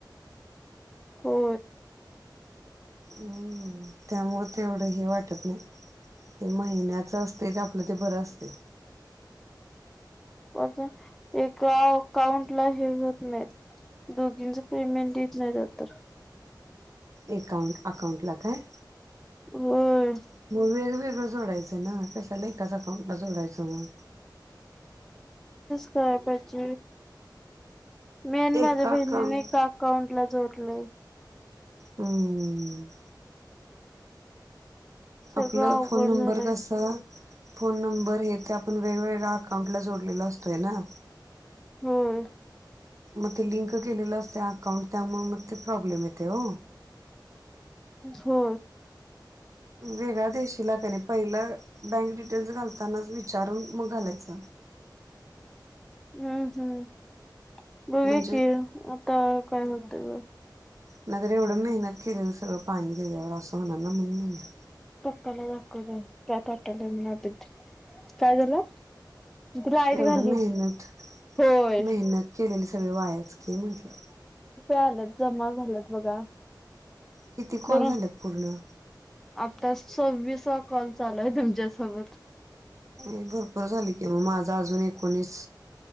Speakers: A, in the centre; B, on the right.
A: हो
B: हम् त्यामुळे तेवढं हे वाटत नाही ते महिन्याच असतय ते आपल्या ते बरं असतय
A: प एका अकाउंट ला हे होत नाहीत दोघींच पेमेंट येत नाही तर तर
B: अकाउंट अकाउंटला काय
A: हम्
B: मग वेगवेगळं जोडायचं ना कशाला एकाच अकाउंटला जोडायचं मग
A: पाहिज मी आणि
B: एका
A: माझ्या बहिणीने
B: अकाउंट
A: एका अकाउंट ला जोड पले
B: हम
A: सगळं
B: आपला
A: अवघड
B: फोन नंबर
A: झालंय
B: कसा फोन नंबर हे ते आपण वेगवेगळ्या अकाउंटला जोडलेला असतोय ना
A: हम
B: मग ते लिंक केलेलं असते अकाउंट त्यामुळे मग ते प्रॉब्लेम येते हो
A: हो
B: वेगळ्या देशीला कने पहिला बँक डिटेल् घालताना विचारून मग घालायच
A: हम्म हम्म बघूया
B: म्हणजे
A: की आता काय होतं ग
B: नाही तर एवढं मेहनत केलेल सगळं पाणी त्याच्यावर असं होणार ना म्हणून म्हटलं
A: पप्पाला दाखवलं काय पटलय म्ह आ काय झालं लाईट
B: एवढं
A: घाली.
B: मेहनत
A: होय
B: मेहनत केलेली सगळे वायाच की म्हंटलं
A: आलत जमा झालात बघा
B: किती कॉल
A: बरं
B: झाल पूर्ण
A: आता सव्वीसवा कॉल चालू आहे तुमच्यासोबत
B: नाही भरपूर झाली कि मग माझा अजून एकोणीस